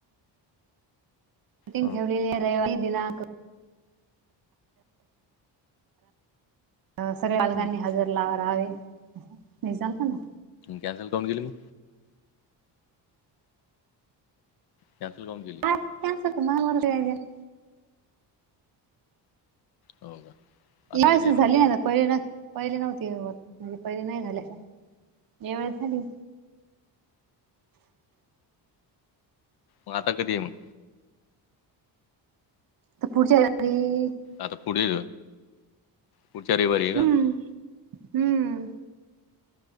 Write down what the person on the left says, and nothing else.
हा
हम्म
कॅनसल काऊन केली मग? कॅनसल काऊन केली?
हाव का. आता
कधी आहे
म्हण
मग आता कधी हाय मग?
आता पुढे पुढच्या रविवारी आहे का?